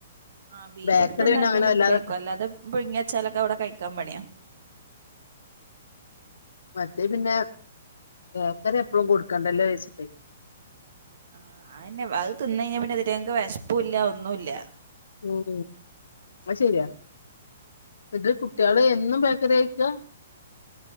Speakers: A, on the right; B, on the left.
A: ആഹ് ബീഫ്
B: ബേക്കറി
A: ഇട്ടിട്ട് ഇണ്ടാക്കിയാലൊക്കെ
B: പിന്നെ അങ്ങനെ വല്ലാതെ
A: കഴിക്കുംഅല്ലാതെ പുഴുങ്ങി വെച്ചാലൊക്കെ അവിടെ കഴിക്കാൻ മണിയാ
B: മറ്റേ പിന്നെ ബേക്കറി എപ്പളും കൊടുക്കണ്ടല്ലോ വെച്ചിട്ടേ
A: ആ അയെന്നെ അത് തിന്നെഴിഞ്ഞാ പിന്നെ തെങ്ങക്ക് വെശ്പ്പുല്ലാ ഒന്നുല്ല
B: ഉം അത്ശരിയാ എന്റെ കുട്ടികള് എന്നും ബേക്കറി ഐറ്റാ